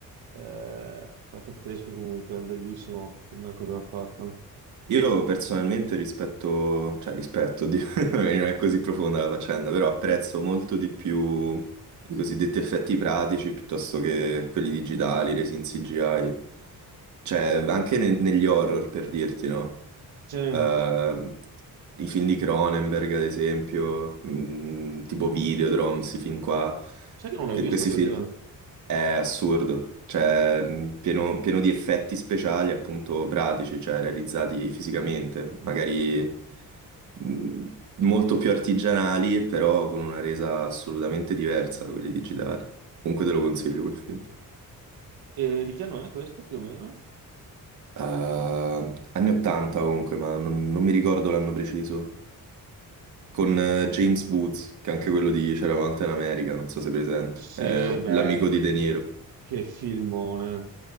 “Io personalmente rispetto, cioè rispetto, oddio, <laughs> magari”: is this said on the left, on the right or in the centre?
Right